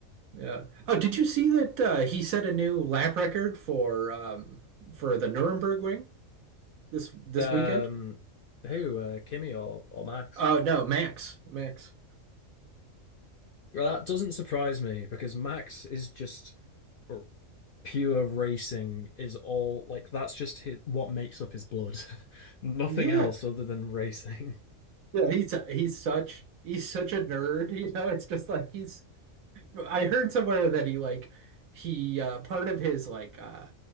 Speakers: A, on the right; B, on the left.
A: Yeah. Oh, did you see that uh, he set a new lap record for um, for the Nuremberg Ring? This this
B: Um,
A: weekend?
B: who uh, Kimi or or Max?
A: Oh no, Max. Max.
B: Well, that doesn't surprise me because Max is just r- pure racing is all like that's just his, what makes up his blood. <laughs> Nothing
A: Yeah.
B: else other than racing.
A: Yeah, he's he's such he's such a nerd, <laughs> you know. It's just like he's I heard somewhere that he like he uh part of his like uh